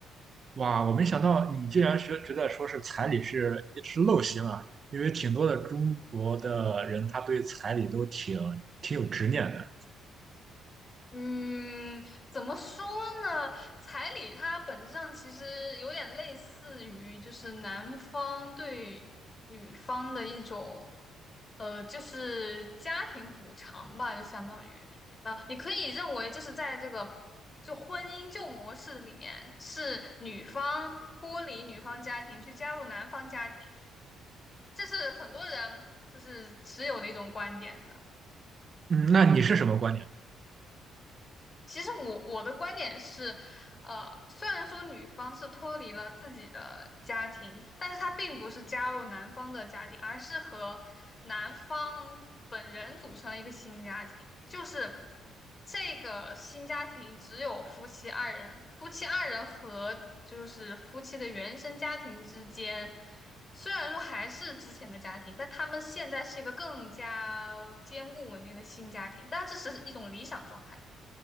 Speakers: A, on the right; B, on the left.
A: 哇，我没想到你竟然是觉得说是彩礼是是陋习嘛，因为挺多的中国的人他对彩礼都挺挺有执念的。
B: 嗯，怎么说呢？彩礼它本质上其实有点类似于，就是男方对女方的一种，呃，就是家庭补偿吧，就相当于啊，你可以认为就是在这个就婚姻旧模式里面，是女方脱离女方家庭去加入男方家庭，这是很多人就是持有的一种观点的。
A: 嗯，那你是什么观点？
B: 其实我我的观点是，呃，虽然说女方是脱离了自己的家庭，但是她并不是加入男方的家庭，而是和男方本人组成了一个新家庭。就是这个新家庭只有夫妻二人，夫妻二人和就是夫妻的原生家庭之间，虽然说还是之前的家庭，但他们现在是一个更加坚固稳定的新家庭，但这只是一种理想状态。